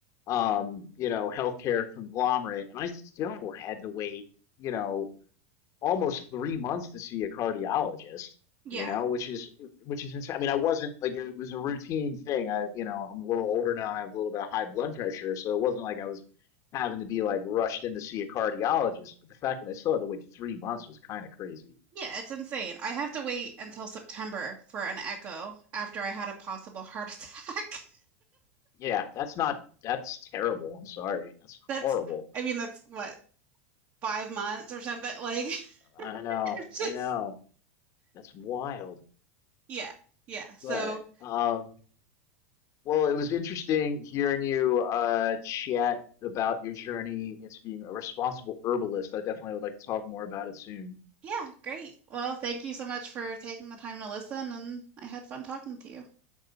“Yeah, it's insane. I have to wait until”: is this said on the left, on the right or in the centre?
Right